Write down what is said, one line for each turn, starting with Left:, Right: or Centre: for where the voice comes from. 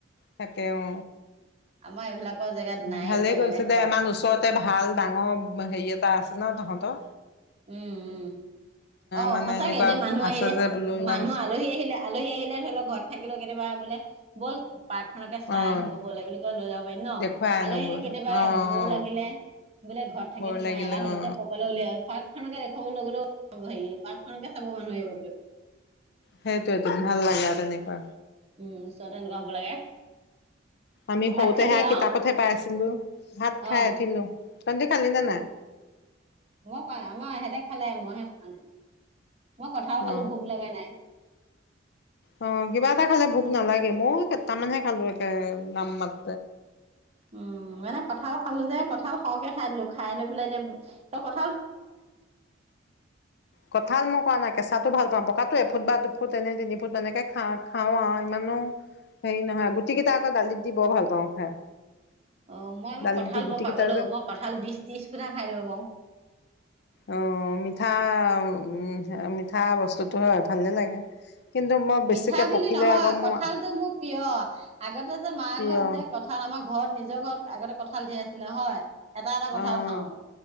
Left: থাকে অ
Right: আমাৰ এইবিলাকৰ জেগাত নাই
Left: ভালেই
Right: এতিয়া
Left: গৈছে
Right: বনাইছে
Left: দে
Right: আৰু
Left: মান। ভাল ডাঙৰ হেৰি এটা আছে ন তহঁতৰ
Right: উম উম অ
Left: মানে
Right: সচাকে
Left: এনেকুৱা
Right: এতিয়া মানুহ
Left: আছে
Right: আহিলে
Left: যে বোলো ইমান
Right: মানুহ আলহী আহিলে আলহী আহিলে ধৰি লওক ঘৰত থাকিলে কেতিয়াবা বোলে বছ পাৰ্কখনকে চাই
Left: অ
Right: আহো গবলৈ বুলি কয় লৈ যাব পাৰিম ন
Left: দেখুৱাই আনোগৈ
Right: আলহী আহিলে কেতিয়াবা
Left: অ
Right: বৌৰ
Left: অ
Right: লাগিলে বোলে ঘৰত থাকি
Left: বৰ
Right: সোমাই
Left: লাগিলে
Right: এলাহ হৈছে
Left: অ
Right: কৰকলৈ উলিয়াব পাৰ্ক সেনেকে দেখাব লগ গলেও হেৰি পাৰ্কখনকে চাব মানুহ এইব
Left: সেইটোয়ে ভাল লাগে আৰু তেনেকুৱা
Right: উম ওচৰতে এনেকুৱা হ'ব লাগে
Left: আমি
Right: ভাত
Left: সৰুতে
Right: খালি
Left: সে
Right: আৰু
Left: কিতাপতহে পাই আছিলো ভাত
Right: অ
Left: খাই আহিলো। তেন্তে খালি ন নাই
Right: মই কোৱা আমাৰ এহেঁতে খালে মইহে খোৱা নাই। মই কথাও
Left: অ
Right: খালো ভোক লগা নাই।
Left: অ কিবা এটা খালে ভোক নালাগে গে মোক তাৰমানেহে খালো একে নাম মাত
Right: উম মানে কঁঠাল খালো যে কঁঠাল সৰহকে খাই দিলো খাই লৈ পেলাই এতিয়া। ত কৰ
Left: কঠাল মই খোৱা নাই কেঁচাটো ভাল। পা পকাতো এফুট বা দু ফুট এনে তিনি ফুট এনেকে খা খাওঁ আৰু ইমানো হেৰি নহয় গুটি কেইটা আকৌ দালিত দি বৰ ভাল পাওঁ খাই।
Right: অ মই আকৌ
Left: দালিত
Right: কঁঠাল
Left: দি গুটি
Right: ব পাগলো
Left: কেইটা যে
Right: মই কঁঠাল বিশ ত্ৰিশ পুঠা খাই দিব পাৰো।
Left: অ মিঠা উ মিঠা বস্তুটো হয় ভালেই লাগে। কিন্তু মই বেছিকে
Right: মিঠা বুলি
Left: পকিলে
Right: নহয়
Left: আকৌ মোৰ
Right: কঠালতটো মোৰ প্ৰিয় আগতে যে মাৰ
Left: প্ৰিয়
Right: ঘৰত যে কঁঠাল আমাৰ ঘৰত নিজৰ ঘৰত আগতে কঠাল। ভাল সেৰি আছিলে হয় এটা এটা কঠাল
Left: অ'।
Right: খাও